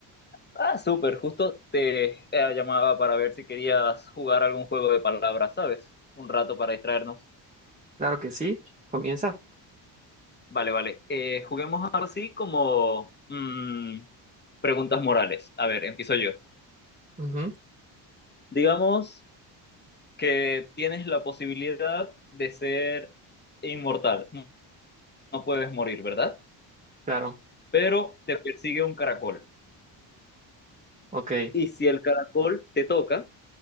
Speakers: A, on the left; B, on the right.
A: Ah, súper, justo te eh, llamaba para ver si querías jugar algún juego de palabras, ¿sabes? Un rato para distraernos.
B: Claro que sí, comienza.
A: Vale, vale. Eh, juguemos ahora sí como mm, preguntas morales. A ver, empiezo yo.
B: Ujú,
A: Digamos que tienes la posibilidad de ser inmortal. No no puedes morir, ¿verdad?
B: claro,
A: Pero te persigue un caracol.
B: ok,
A: Y si el caracol te toca,